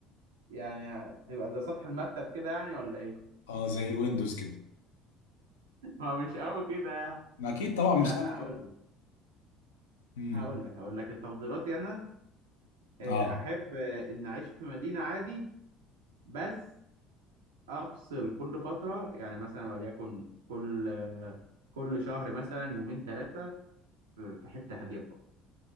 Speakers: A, on the right; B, on the left.
A: يعني تبقى زي سطح المكتب كده يعني ولا ايه؟
B: اه زي الويندوز كده
A: <laughs> ما هو مش قوي كده يعني
B: ما اكيد طبعا
A: لا
B: مش قوي كده
A: اقول لك
B: امم
A: هقول لك اقول لك تفضيلاتي انا آه،
B: اه
A: احب آه، ان اعيش في مدينة عادي بس افصل كل فترة يعني مثلا وليكن كل آه، كل شهر مثلا يومين ثلاثة في في حتة هادية